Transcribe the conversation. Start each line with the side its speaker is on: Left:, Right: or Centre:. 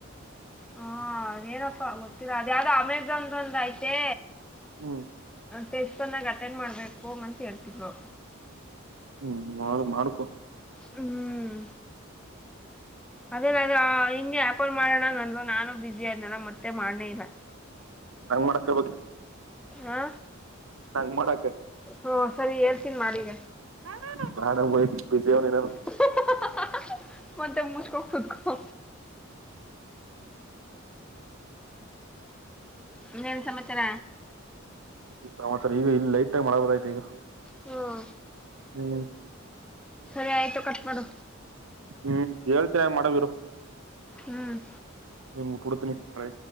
Centre: ಹಾ ಅದೇನೊಪ್ಪ ಗೊತ್ತಿಲ್ಲ ಅದ್ ಯಾವ್ದೋ ಅಮೆಜಾನಂದ್ ಆಯ್ತೆ.
Right: ಹ್ಮ್
Centre: ಟೆಸ್ಟ್ ಒನ್ನಾಗ್ ಅಟೆಂಡ್ ಮಾಡ್ಬೇಕು ಅಂತ್ ಹೇಳ್ತಿದ್ಳು.
Right: ಹ್ಮ್ ಮಾಡ್ ಮಾಡ್ಕೊ.
Centre: ಹ್ಮ್ ಅದೆಲೆಲೋ ಹಿಂಗೆ. ಪುಲ್ ಮಾಡೋಣ ನಂದು ನಾನು ಬಿಸಿ ಅದ್ನಲ್ಲ ಮತ್ತೆ ಮಾಡ್ನೇ ಇಲ್ಲ.
Right: ನಂಗ್ ಮಾಡಕ
Centre: ಆ
Right: ಸಂಗ್ ಮಾಡಕ.
Centre: ಹೊ ಸರಿ ಹೇಲ್ತಿನ್ ಮಾಡಿಗ.
Right: ನನನ ಬ್ಯಾಡ ಹೋತ್ ಬ್ಯುಸಿ ಅವ್ನಿ ನಾನು.
Centre: ಹಃ ಹಃ ಹ ಮತ್ತೆ ಮುಚ್ಕೊ ಕುತ್ಕೋ. ಇನ್ನೇನ್ ಸಮಚಾರ.
Right: ಸಮಾಚಾರ ಈಗ ಇಲ್ಲಿ ಲೈಟಾಗ್ ಮಳೆ ಬತಾಯ್ತ್ ಈಗ.
Centre: ಹ್ಮ
Right: ಹ್ಮ್
Centre: ರೆ ಆಯ್ತು ಕಟ್ ಮಾಡು.
Right: ಹ್ಮ್ ಹೇಳ್ತ್ಯ ಹಂಗ್ ಮಾಡು ಗುರು.
Centre: ಹ್ಮ್
Right: ಇಂಗ್ ಕುಡ್ತಿನಿ ಪ್ರೆ.